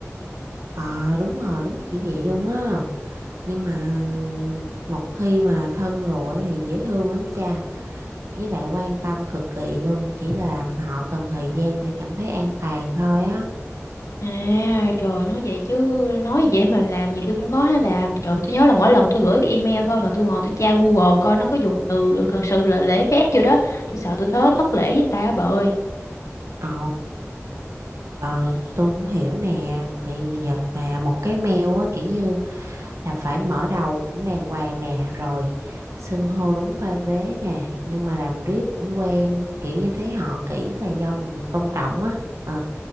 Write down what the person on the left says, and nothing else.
À, trời nói vậy chứ nói vậy mà làm nhiều khi cũng khó hả bà. Trời, tôi nhớ là mỗi lần tôi gửi cái email thôi mà tôi ngồi tôi tra Google coi nó có dùng từ thật sự là lễ phép chưa đó. Tôi sợ tôi thớ thất lễ với người ta á bà ơi.